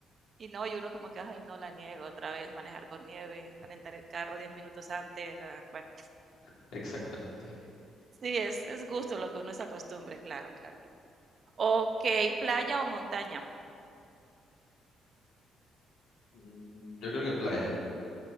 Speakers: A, on the right; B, on the left.
A: Y no, y uno como que, ay, no, la nieve, otra vez manejar con nieve, calentar el carro 10 minutos antes, ah, bueno,
B: <laughs> Exactamente.
A: Sí, es es gusto lo que uno se acostumbre, claro, claro. Okey, ¿playa o montaña?
B: Mm, Yo creo que playa,